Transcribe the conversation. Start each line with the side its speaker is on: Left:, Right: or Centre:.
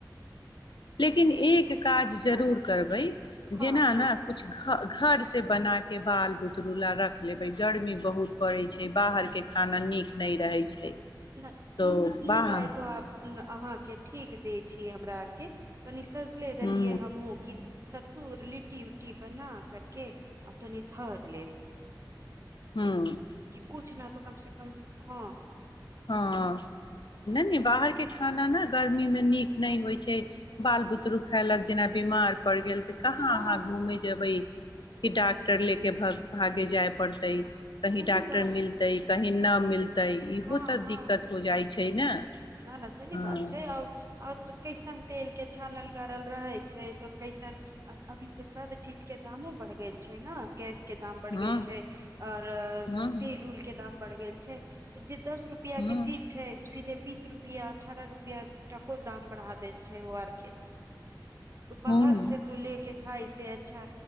Left: लेकिन एक काज जरूर
Right: हँ
Left: करबै
Right: हँ
Left: जेना
Right: हँ
Left: ने कुछ घरसँ बनाके बाल बुतरुला रख लेबै गर्मी बहुत पड़ै छै बाहरके खाना नीक नहि रहै छै
Right: न
Left: तो
Right: ई ई
Left: बाह
Right: राय तो अहाँके ठीक दे हमरा आरके त ले रही
Left: हूँ
Right: है हम कि स धर लिटी उूटी बना करके असने ठरले
Left: हँ
Right: कि कुछ न तऽ कम से कम हँ
Left: हँ नहि नहि बाहरके खाना ने गर्मीमे नीक नहि होइत छै बाल बुतरुक खयलक जेना बीमार पड़ गेल तऽ कहाँ
Right: हँ
Left: अहाँ घूमे जेबै कि डॉक्टर लेके भ भागे जाय पड़तै कही
Right: सही
Left: डॉक्टर
Right: बात
Left: मिलतै कही नहि मिलत त ईहोत
Right: हँ हँ
Left: दिक्क हो जाइ छै छै ने
Right: न न सही
Left: हँ
Right: बात छै आ कैसन तेल के छानल गड़ल रहे छै तऽ कैसन अभी तो सब चीज के दामो बढ़ गेल छै ने गैस के दाम बढ़
Left: हँ
Right: गेल छै और
Left: हँ
Right: तेल उल के दाम पड़ गेल छै त ज दस रुपआ
Left: हँ
Right: के चीज छै उसी दे बीस रुपआ अठारह रुपआ टको दाम बढ़ा देल छै ओ आर के त बाहर
Left: हँ
Right: से तो लेके खाइ से अच्छा